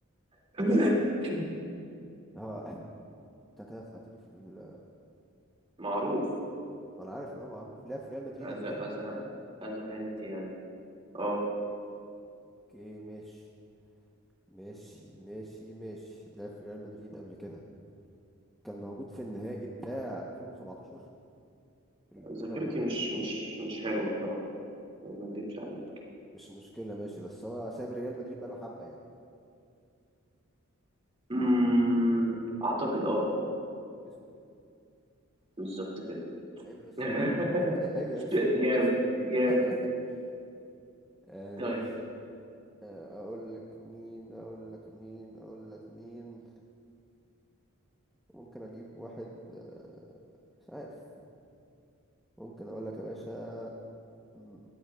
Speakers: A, on the right; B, in the centre.
A: <laughs>
B: اه انت كده طلعت لي في ال...
A: معروف
B: ما انا عارف ان هو معروف لعب في ريال مدريد
A: أذى
B: قبل كده
A: أذى أذى هنت يعني اه
B: اوكي ماشي ماشي ماشي ماشي لعب في ريال مدريد قبل كده كان موجود في النهائي بتاع 2017 دوري
A: ذاكرتي
B: الابطال
A: مش مش مش حلوة بصراحة يعني ما اكدبش عليك
B: مش مشكله ماشي بس هو ساب ريال مدريد بقاله حبه يعني
A: أمم، أعتقد اه اه
B: اسكت
A: بالظبط كده
B: عيب بس
A: <laughs>
B: <laughs> عيب بس
A: جامد جامد
B: <laughs> آه
A: طيب
B: ماشي آه، اقول لك مين اقول لك مين اقول لك مين ممكن اجيب واحد آه، مش عارف ممكن اقول لك يا باشا م-